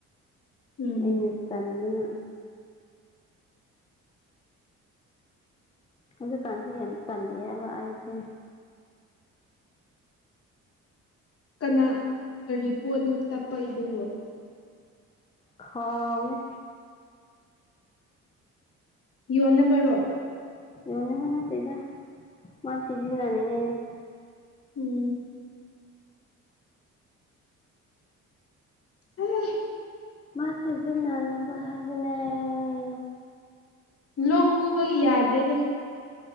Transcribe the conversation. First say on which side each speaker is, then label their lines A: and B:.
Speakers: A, on the left (about 50°); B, on the left (about 20°).
A: ꯎꯝ
B: ꯑꯩꯅ ꯇꯟꯕꯅ ꯍꯧꯖꯤꯛꯀꯥꯟꯁꯦ ꯌꯥꯝ ꯇꯜꯂꯦꯕ ꯑꯩꯁꯦ
A: ꯀꯅꯥ ꯀꯔꯤ ꯄꯣꯠꯅꯣ ꯇꯞꯄꯏꯗꯨꯕꯣ
B: ꯍꯥꯎ ꯎꯅꯦ
A: ꯌꯣꯟꯅꯕꯔꯣ
B: ꯌꯣꯟꯅꯕ ꯅꯗꯦꯗ ꯃꯥ ꯁꯤꯖꯤꯟꯅꯅꯤ ꯉꯥꯏꯅꯦ
A: ꯎꯝ ꯎꯝ
B: ꯃꯥ ꯁꯦꯖꯤꯟꯅ ꯅꯕꯥ ꯍꯥꯏꯕꯅꯦ ꯎꯝ
A: ꯂ ꯈꯨꯕ ꯌꯥꯗꯦꯅꯦ